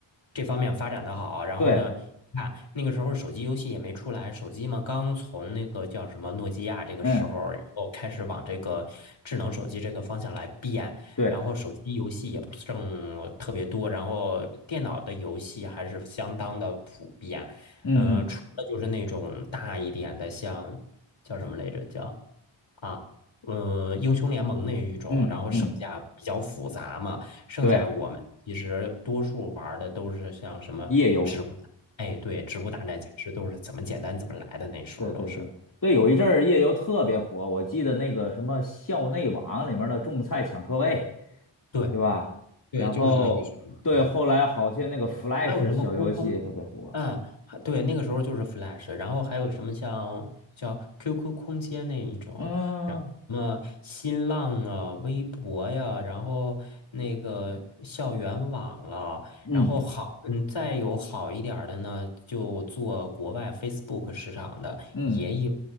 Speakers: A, on the left; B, on the left.
A: 这方面发展的好，然后呢，
B: 对，
A: 看那个时候手机游戏也没出来，手机嘛刚从那个叫什么诺基亚这个时候，
B: 嗯
A: 然后开始往这个智能手机这个方向来变，
B: 对，
A: 然后手机游戏也不是正特别多，然后电脑的游戏还是相当的普遍。
B: 嗯嗯
A: 嗯，除了就是那种大一点的，像叫什么来着？叫啊，嗯，英雄联盟那一种，
B: 嗯嗯，
A: 然后剩下比较复杂嘛，剩下我们其实多数玩儿的都是像什么，
B: 对，夜游。
A: 哎，对，植物大战僵尸都是怎么简单怎么来的，那时候都是，
B: 对对对对，有一阵儿夜游特别火，我记得那个什么校内网里面的种菜抢车位，
A: 对
B: 对吧？
A: 对，
B: 然后对，
A: 就是那个什么，对。
B: 后来好些那个 Flash
A: 还有什么空空
B: 小游戏也特别火。
A: 啊？还对，那个时候就是 Flash，然后还有什么像叫 QQ 空间那一种，
B: 嗯
A: 然后什么新浪啊、微博呀，然后那个校园网了，
B: 嗯
A: 然后好，嗯，再有好一点儿的呢，就做国外 Facebook 市场的也有。
B: 嗯，